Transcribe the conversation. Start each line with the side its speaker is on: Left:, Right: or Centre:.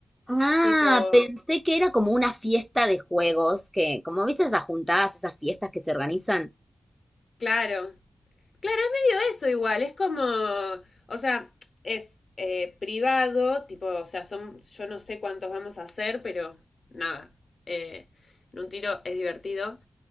Centre: Ah,
Left: tipo,
Centre: pensé que era como una fiesta de juegos, que como viste esas juntadas, esas fiestas que se organizan.
Left: claro. Claro, es medio eso igual, es como, o sea, es eh, privado, tipo, o sea, son, yo no sé cuántos vamos a hacer, pero nada, eh, en un tiro es divertido.